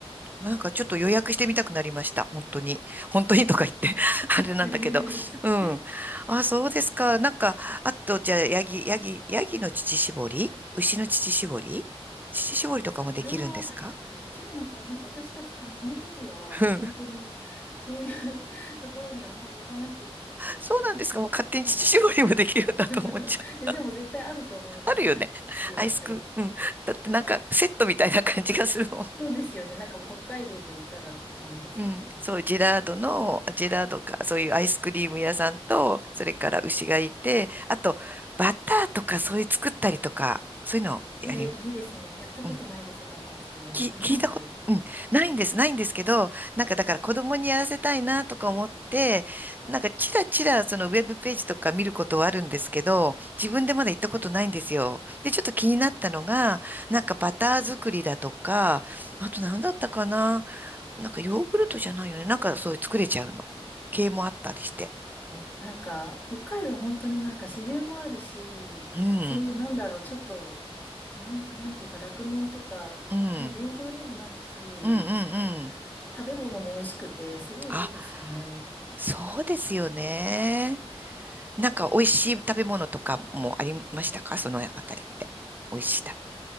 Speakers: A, on the right (about 15°); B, on the left (about 15°).
A: う。なんかちょっと予約してみたくなりました。本当に。本当にとか言って <laughs> あれなんだけど。
B: <laughs>
A: うん。
B: そ
A: あ、そうですか。なんか、あと、じゃあ、ヤギ、ヤギ、ヤギの乳搾り牛の乳搾り乳搾りとかもできるんですか
B: れは、あ、あできるのかな、なんか私たち多分その時は、
A: うん。
B: 本当にそういう <laughs> ところにはあまり行かなくって、
A: そうなんですか。もう勝手に乳搾りもできるんだと思っちゃう。
B: もうなんか、<laughs> いや、でも絶対あると思います。
A: あるよね。
B: <laughs> そういう場所。
A: アイスク、うん。だってなんかセットみたいな感じがするもん。
B: そうですよね。なんかもう北海道と言ったらっていう感じですよね。
A: うん、そう、ジェラードの、ジェラードか、そういうアイスクリーム屋さんと、それから牛がいて、あと、バターとかそういう作ったりとか、そういうのをやり、
B: それいいですね。
A: う
B: やったことないです、
A: ん、
B: バター作るの。
A: き、
B: あります
A: 聞いたこと、うん、ないんです、ないんですけど、なんかだから子供にやらせたいなとか思って、なんかチラチラそのウェブページとか見ることはあるんですけど、自分でまだ行ったことないんですよ。で、ちょっと気になったのが、なんかバター作りだとか、あと何だったかななんかヨーグルトじゃないよね。なんかそういう作れちゃうの。系もあったりして。
B: え、なんか、北海道本当になんか自然もあるし、
A: うん、
B: そういうなんだろう、ちょっと、なん、なんていうか、酪農とか、
A: うん、うん、
B: ね、勉強にもなるし、
A: うん、うん。
B: 食べ物も美味しくて、すごいいいですよね。
A: あ、そうですよね。なんか美味しい食べ物とかもありましたかそのあたりって。美味しい食